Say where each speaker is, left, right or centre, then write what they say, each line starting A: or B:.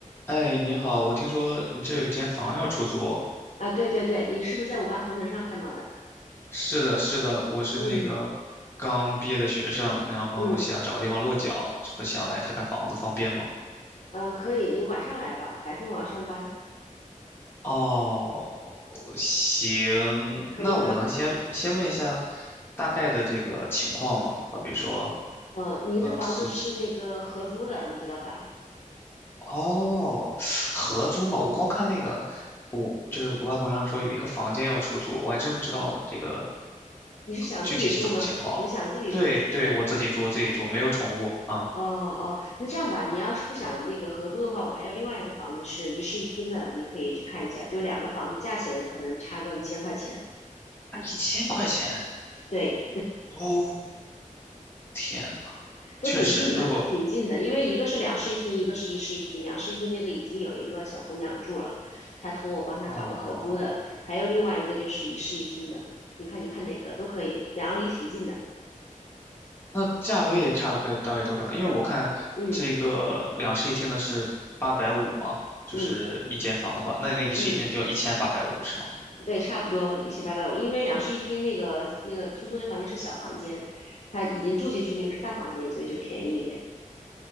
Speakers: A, on the left; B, on the left.
A: 哎，您好，我听说你这有间房要出租。
B: 啊，对对对，你是不是在五八同城上看到的？
A: 是的，是的，我是那个刚毕业的学生，
B: 嗯
A: 然后想找个地方落脚，
B: 嗯，
A: 这不想来看看房子，方便吗？
B: 呃，可以，你晚上来吧，白天我要上班，
A: 哦，行，
B: 可以吗？
A: 那我能先先问一下大概的这个情况吗？好比说，
B: 呃，你这房子是那个合租的，
A: 呃，租金，
B: 你知道吧？
A: 哦，合租嘛，我光看那个，我就是我爸同样说有一个房间要出租，我还真不知道这个
B: 你是想自己住吗？
A: 具体是怎么情况啊？
B: 你是想自己住是不是？
A: 对对，我自己住，我自己住，没有宠物啊。
B: 哦哦，那这样吧，你要是不想那个合租的话，我还有另外一个房子是一室一厅的，你可以去看一下，就两个房子价钱可能差个一千块钱。
A: 啊，一千块钱！
B: 对，
A: 哦，天呐，
B: 都挺近的，
A: 确实，如果
B: 挺近的，因为一个是两室一厅，一个是一室一厅。两室一厅那个已经有一个小姑娘住了，她托我帮她找个合租的，
A: 哦，
B: 还有另外一个就是一室一厅的。你看，你看哪个都可以，两个离挺近的。
A: 那价位差不多大概多少呢？因为我看这个两室一厅的是八百五嘛，
B: 嗯
A: 就是一间房的话，
B: 嗯
A: 那你那一室一厅的就要一千八百五是吗？
B: 嗯，对，差不多一千八百五。因为两室一厅那个那个出租那房间是小房间，她已经住进去那个是大房间，所以就便宜一点。